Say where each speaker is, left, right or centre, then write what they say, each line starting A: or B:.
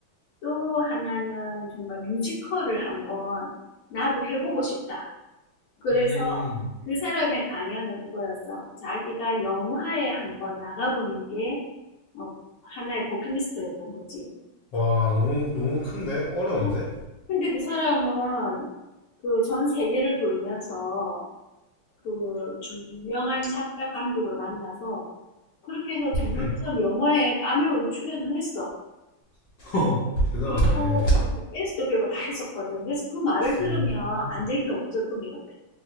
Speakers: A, on the left; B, on the left.
A: 또 하나는 정말 뮤지컬을 한번 나도 해보고 싶다. 그래서
B: 음.
A: 그 사람의 강연은 그거였어. 자기가 영화에 한번 나가보는 게 어, 하나의 버킷리스트였던 거지.
B: 와, 너무, 너무 큰데? 어려운데?
A: 어, 근데 그 사람은 그 전 세계를 돌면서 그 주- 유명한 작가 감독을 만나서 그렇게 해서 정말
B: 음,
A: 그 사람 영화에 카메오로 출연을 했어.
B: <laughs> 허, 대단하네.
A: 그리고 댄스도 배우고 다 했었거든. 그래서 그 말을 들으면
B: 음,
A: 안 될 게 없었던 것 같아.